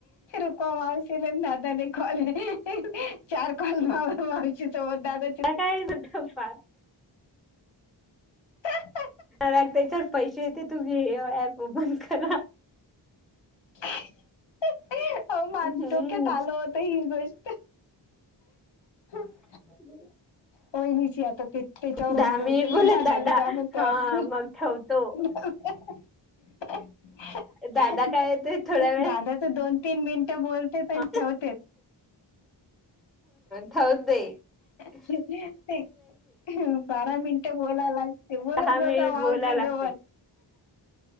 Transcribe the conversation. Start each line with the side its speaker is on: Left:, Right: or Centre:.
Left: रोक मवश दादाे कॉले <unintelligible> चार कॉल मावशी सोबत दादा
Centre: का काय न ठप्पा.
Left: ह <unintelligible>
Centre: लागताच्यावर पैसे येते तुम्ही हे ऍप ओपन करा.
Left: हो मज्या
Centre: हम्म
Left: डोक्यात आल होत ही गोष्ट. <inaudible>
Centre: ह <unintelligible>
Left: होय नाही स आता ते <unintelligible> त्याच्यावरच
Centre: दहा
Left: बोलतो
Centre: मिनिट
Left: मी.
Centre: बोलत
Left: दादाला
Centre: दादा
Left: द्या म्हणतो
Centre: हा
Left: <unintelligible>
Centre: मग ठेवतो. दादा काय ते थोड्या वेळ
Left: ह <unintelligible> दादा तर दोन तीन मिनिटं बोलते आणि
Centre: ह
Left: ठेवते.
Centre: हमौदय <unintelligible>
Left: ते बारा मिनटं बोलायलाग. ते बोलत
Centre: दहा मिनिट
Left: जता मावशी
Centre: बोलाय लागते.
Left: जवळ